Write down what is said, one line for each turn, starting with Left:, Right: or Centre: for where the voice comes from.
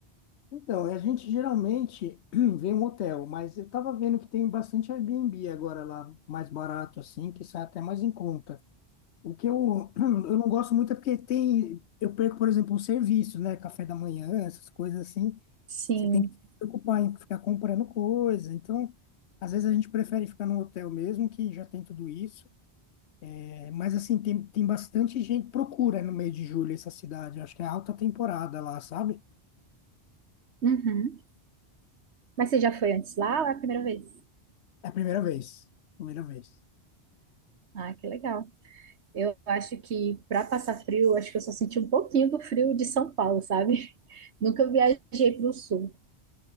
Left: Então, a gente geralmente <clears throat> vê um hotel, mas eu estava vendo que tem bastante Airbnb agora lá, mais barato, assim, que sai até mais em conta. O que eu, <clears throat> eu não gosto muito é porque tem, eu perco, por exemplo, o serviço, né? Café da manhã, essas coisas assim.
Right: Sim.
Left: Você tem que se preocupar em ficar comprando coisa. Então, às vezes a gente prefere ficar num hotel mesmo, que já tem tudo isso. É, mas, assim, tem, tem bastante gente que procura no meio de julho essa cidade. Acho que é alta temporada lá, sabe?
Right: Uhum. Mas você já foi antes lá ou é a primeira vez?
Left: É a primeira vez. Primeira vez.
Right: Ah, que legal. Eu acho que para passar frio, acho que eu só senti um pouquinho do frio de São Paulo, sabe? <laughs> Nunca viajei para o sul.